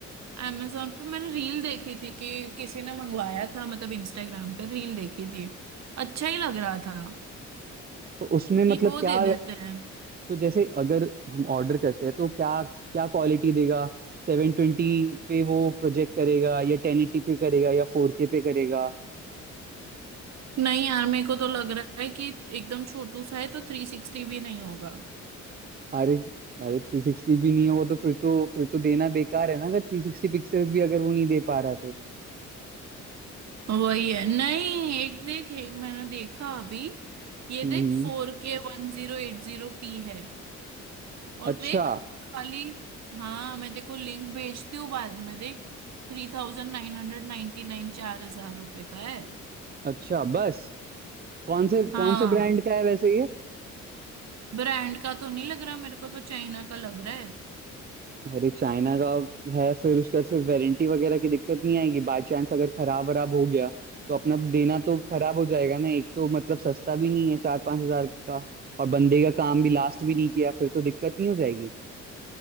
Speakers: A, on the right; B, on the right.
A: अमेजोन पे मैंने रील देखी थी कि किसी ने मंगवाया था मतलब इंस्टाग्राम पे रील देखी थी अच्छा ही लग रहा था
B: तो उसमें मतलब
A: एक वो
B: क्या
A: दे देते हैं
B: तो जैसे अगर हम ऑर्डर करते हैं तो क्या क्या क्वालिटी देगा सेवन ट्वेंटी पे वो प्रोजेक्ट करेगा या टेन एटी पे करेगा या फोर के पे करेगा
A: नहीं यार मेरे को तो लग रहा है कि एकदम छोटू सा है तो थ्री सिक्सटी भी नहीं होगा
B: अरे अरे थ्री सिक्सटी भी नहीं हो तो फिर तो फिर तो देना बेकार है ना अगर थ्री सिक्सटी पिक्सल भी अगर वो नहीं दे पा रहा है तो
A: वही है नहीं एक देख एक मैंने देखा अभी ये
B: हम्म
A: देख फोर के वन जीरो एट जीरो पी है और
B: अच्छा
A: देख खाली हाँ मैं तेको लिंक भेजती हूँ बाद में देख थ्री थाउजेंड नाइन हंड्रेड नाइन्टी नाइन चार हजार रुपये का है
B: अच्छा बस कौन से
A: हाँ
B: कौन से ब्रांड का है वैसे ये
A: ब्रांड का तो नहीं लग रहा मेरे को तो चाइना का लग रहा है
B: अरे चाइना का है फिर उसका से वारंटी वगैरह की दिक्कत नहीं आएगी बाई चांस अगर खराब वराब हो गया तो अपना देना तो खराब हो जाएगा ना एक तो मतलब सस्ता भी नहीं है चार पांच हजार का और बंदे का काम भी लास्ट भी नहीं किया फिर तो दिक्कत नहीं हो जाएगी